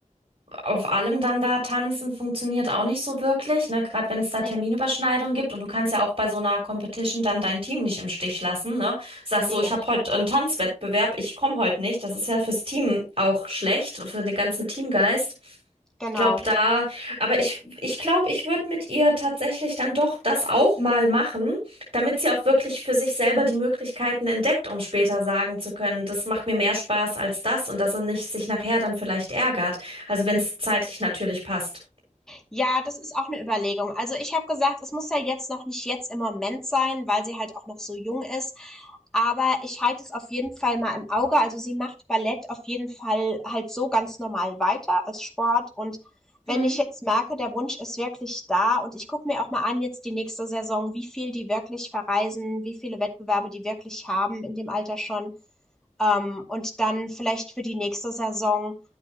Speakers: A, on the right; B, in the centre.
A: auf allem dann da tanzen funktioniert auch nicht so wirklich, ne? Gerade wenn es da
B: Nee.
A: Terminüberschneidungen gibt und du kannst ja auch bei so einer Competition dann dein Team nicht im Stich lassen, ne? Sagst
B: Nee,
A: so, ich habe heute einen Tanzwettbewerb, ich komme heute nicht. Das ist ja fürs Team auch schlecht, für den ganzen Teamgeist
B: genau.
A: glaub da, aber ich ich glaube, ich würde mit ihr tatsächlich dann doch das auch mal machen, damit sie auch wirklich für sich selber die Möglichkeiten entdeckt, um später sagen zu können, das macht mir mehr Spaß als das und dass er nicht sich nachher dann vielleicht ärgert. Also wenn es zeitlich natürlich passt.
B: Ja, das ist auch eine Überlegung. Also ich habe gesagt, es muss ja jetzt noch nicht jetzt im Moment sein, weil sie halt auch noch so jung ist. Aber ich halte es auf jeden Fall mal im Auge. Also sie macht Ballett auf jeden Fall halt so ganz normal weiter als Sport. Und
A: Hm.
B: wenn ich jetzt merke, der Wunsch ist wirklich da und ich gucke mir auch mal an jetzt die nächste Saison, wie viel die wirklich verreisen, wie viele Wettbewerbe die wirklich haben in dem Alter schon. Ähm, und dann vielleicht für die nächste Saison